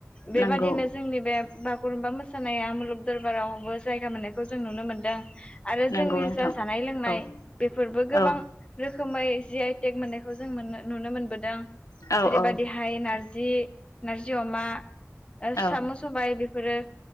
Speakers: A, on the left; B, on the left.
A: बेबादिनो
B: नंगौ
A: जोंनि बे बागुरुम्बा मोसा सानाया मुलुग दरबारावबो जायगा मोननायखौ जों नुनो मोनदों। आरो
B: नंगौ
A: जोंनि
B: नोंथां
A: जा जानाय लोंनाय
B: औ
A: बेफोरबो गोबां
B: औ
A: रो खोमाय जि आइटेक मोननायखौ जों मोन्नो नुनो मोनबोदों।
B: औ
A: जेरै
B: औ
A: बायदिहाय नारजि जि नारजि अमा ओ
B: औ
A: साम' सबाय बेफोरो